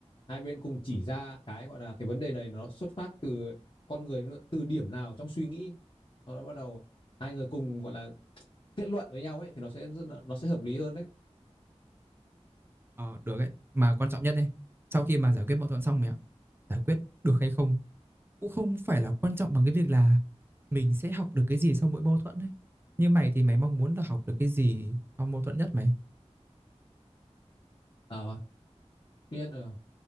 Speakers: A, on the left; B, on the right.
A: hai bên cùng chỉ ra cái gọi là cái vấn đề này nó xuất phát từ con người từ điểm nào trong suy nghĩ nó bắt đầu hai người cùng gọi là kết luận với nhau ấy thì nó sẽ nó sẽ hợp lý hơn đấy
B: Ờ được ấy, mà quan trọng nhất này, sau khi mà giải quyết mâu thuẫn xong mày ạ, giải quyết được hay không cũng không phải là quan trọng bằng cái việc là mình sẽ học được cái gì sau mỗi mâu thuẫn ấy. Như mày thì mày mong muốn là học được cái gì sau mâu thuẫn nhất mày?
A: à, tuy nhiên là